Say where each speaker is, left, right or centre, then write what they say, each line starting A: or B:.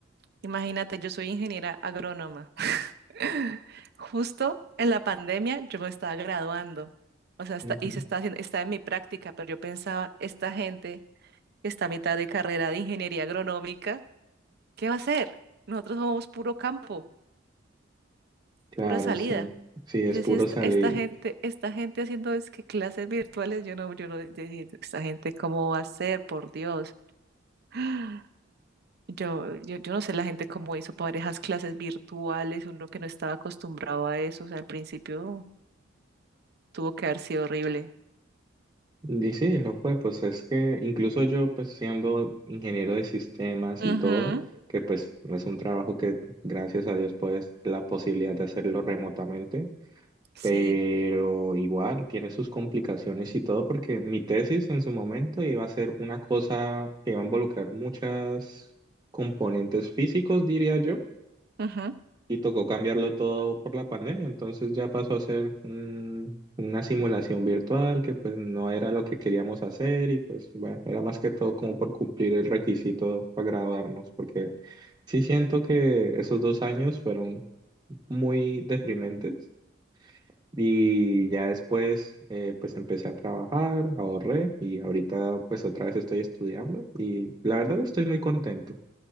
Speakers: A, on the right (about 55°); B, on the right (about 20°).
A: imagínate, yo soy ingeniera agrónoma. <laughs> Justo en la pandemia yo me estaba graduando, o sea, está-
B: Ujú.
A: y se está haciendo, está en mi práctica, pero yo pensaba, esta gente está a mitad de carrera de ingeniería agronómica, ¿qué va a hacer? Nosotros somos puro campo,
B: Claro,
A: pura salida.
B: sí, sí,
A: Y
B: es
A: yo decía,
B: puro
A: esta,
B: salir.
A: esta gente, esta gente haciendo es que clases virtuales, yo no, yo no, yo dije, esta gente cómo va a ser, por Dios. <gasps> Yo, yo, yo no sé la gente cómo hizo para esas clases virtuales, uno que no estaba acostumbrado a eso, o sea, al principio tuvo que haber sido horrible.
B: Y sí, lo fue, pues es que incluso yo, pues siendo ingeniero de sistemas
A: Ujú,
B: y todo, que pues es un trabajo que gracias a Dios pues la posibilidad de hacerlo remotamente,
A: Sí,
B: pero igual tiene sus complicaciones y todo porque mi tesis en su momento iba a ser una cosa que iba a involucrar muchas componentes físicos, diría yo
A: ujú,
B: y tocó cambiarlo todo por la pandemia, entonces ya pasó a ser un- una simulación virtual que pues no era lo que queríamos hacer y pues bueno, era más que todo como por cumplir el requisito para graduarnos, porque sí siento que esos dos años fueron muy deprimentes y ya después eh, pues empecé a trabajar, ahorré y ahorita pues otra vez estoy estudiando y la verdad estoy muy contento.